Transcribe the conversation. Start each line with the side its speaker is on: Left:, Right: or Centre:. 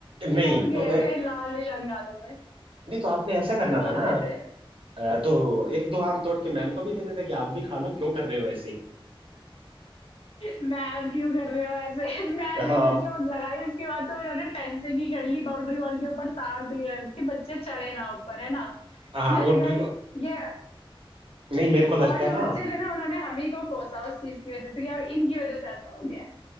Right: नहीं
Left: छप गए
Right: तो अ,
Left: थे लाल निशान गालों में
Right: नहीं तो आपने ऐसा करना
Left: यार बहुत
Right: था ना
Left: ऐसे
Right: अ, तो एक दो आम तोड़ के मैम को भी देते थे कि आप भी खा लो क्यों कर रहे हो ऐसे
Left: मैम क्यों कर रहे हो ऐसे <laughs> मैम ने
Right: हाँ
Left: तो जो लगाई उसके बाद तो उन्होंने फेंसिंग ही कर ली बाउंड्री वॉल के ऊपर तार थी कि बच्चे चढ़े ना ऊपर है ना
Right: हाँ
Left: मैंने
Right: और मेरे
Left: कहा
Right: को
Left: ये
Right: नहीं मेरे को लगता
Left: और जो
Right: है ना
Left: बच्चे थे ना उन्होंने हम ही को कोसा उस चीज की वजह से कि अब इनकी वजह से ऐसा हो गया है